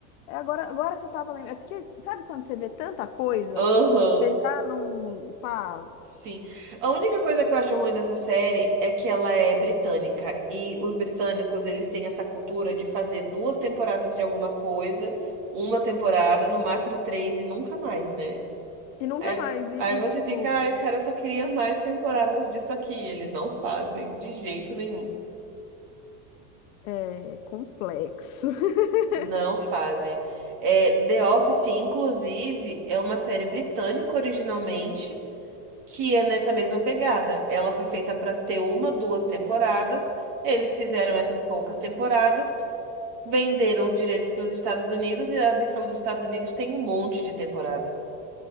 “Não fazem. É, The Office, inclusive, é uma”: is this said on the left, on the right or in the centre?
Right